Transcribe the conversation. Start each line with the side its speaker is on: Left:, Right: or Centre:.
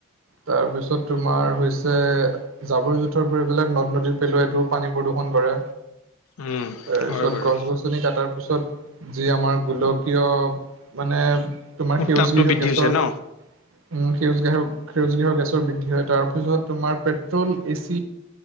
Right: তাৰপিছত তোমাৰ হৈছে জাবৰ জোথ থৰ পৰিবিলাক নদ নদীত পেলোৱাই এইটোও পানী প্ৰদূষণ কৰে,
Left: উম
Right: তাৰপিছত
Left: হয় বাৰু
Right: গছ গছ গছনি কাটাৰ পিছত যি আমাৰ গোলকীয় মানে তোমাৰ
Left: উত্তাপটো
Right: সেউজ গৃহ
Left: বৃদ্ধি
Right: গেছৰ
Left: হৈছে ন
Right: উম, সেউজ গ্ৰেহ সেউজ গৃহৰ গেছৰ বৃদ্ধি হয় তাৰপিছত তোমাৰ পেট্ৰল এচি